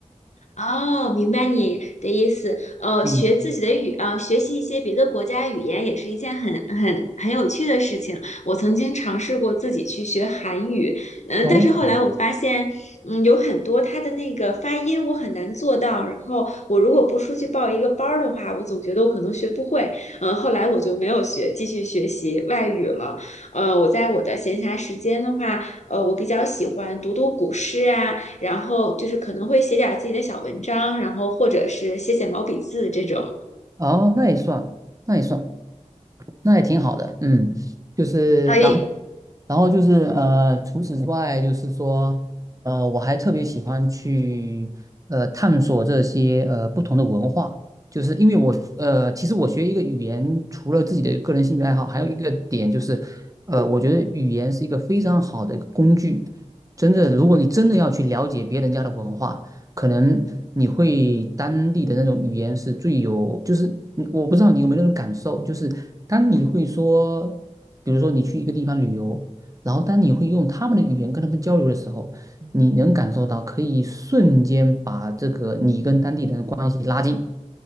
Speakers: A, on the left; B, on the right.
A: 哦，明白你的意思。呃，
B: 嗯，
A: 学自己的语，呃，学习一些别的国家语言也是一件很很很有趣的事情。我曾经尝试过自己去学韩语，嗯，
B: 哦，
A: 但是后来我发现，嗯，有很多它的那个发音我很难做到。然后我如果不出去报一个班儿的话，我总觉得我可能学不会。嗯，后来我就没有学，继续学习外语了。呃，我在我的闲暇时间的话，呃，我比较喜欢读读古诗啊。然后就是可能会写点自己的小文章，然后或者是写写毛笔字这种。
B: 哦，那也算，那也算。那也挺好的，嗯，就是然后，
A: 哎，
B: 然后就是呃，除此之外，就是说，呃，我还特别喜欢去呃探索这些呃不同的文化，就是因为我呃，其实我学一个语言，除了自己的个人兴趣爱好，还有一个点就是，呃，我觉得语言是一个非常好的一个工具，真的，如果你真的要去了解别人家的文化。可能你会当地的那种语言是最有，就是你我不知道你有没有那种感受，就是当你会说，比如说你去一个地方旅游，然后当你会用他们的语言跟他们交流的时候，你能感受到可以瞬间把这个你跟当地人的关系拉近。